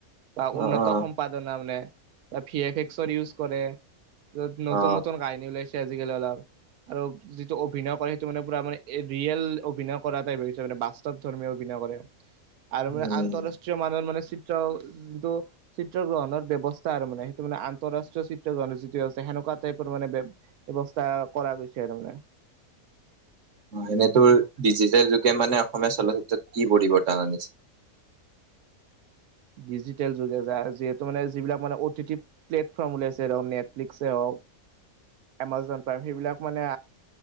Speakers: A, on the right; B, on the right.
A: বা
B: অ
A: উন্নত
B: অ
A: সম্পাদনা মানে ভি এফ এক্সৰ ইউজ কৰে টোত নতুন
B: অ
A: নতুন কাহিনী ওলাইছে আজিকালি অলপ। আৰু যিটো অভিনয় কৰে সেইটো মানে পুৰা মানে ৰিয়েল অভিনয় কৰা টাইপ হৈছে মানে বাস্তৱ ধৰ্মীয় অভিনয়। হ'ব পাৰে, আৰু মানে
B: উম
A: আন্তঃৰাষ্ট্ৰীয় মানৰ মানে চি ত্ৰ যিটো চিত্ৰ গ্ৰহণৰ ব্যৱস্থা আৰু মানে সেইটো মানে আন্তঃৰাষ্ট্ৰীয় চিত্ৰ গ্ৰহৰ যিটো ব্যৱস্থা সেনেকুৱা তাতে মানে বেব ব্যৱস্থা কৰা গৈছে আৰু মানে।
B: এনেতো ডিজিটেল যুগে মানে অসমীয়া চলচ্চিত্ৰত কি পৰিৱৰ্তন আনিছে। <inaudible>
A: ডিজিটেল যুগে যা-যিহেতু মানে যিবিলাক মানে অটি টি প্লেটফৰ্ম উলাইছে ধৰক নেটফ্লিক্সে হওঁক।
B: <unintelligible>
A: এমাজ'ন প্ৰাইম সেইবিলাক মানে